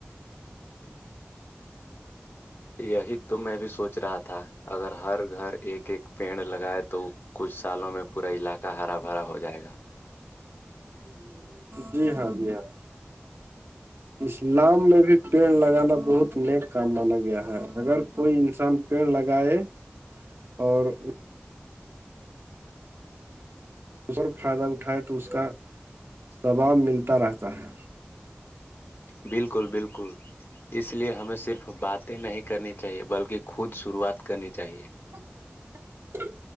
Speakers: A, on the left; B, on the right.
A: یہی تو میں بھی سوچ رہا تھا اگر ہر گھر ایک ایک پیڑ لگائے تو کچھ سالوں میں پورا علاقہ ہرا بھرا ہو جائے گا
B: جی ہاں جی ہاں اسلام میں بھی پیڑ لگانا بہت نیک کام مانا گیا ہے اگر کوئی انسان پیڑ لگائے اور اسر فائدہ اٹھائے تو اس کا دباب ملتا رہتا ہے
A: بالکل بالکل اس لیے ہمیں صرف باتیں نہیں کرنی چاہیے بلکہ خود شروعات کرنی چاہیے
B: ہ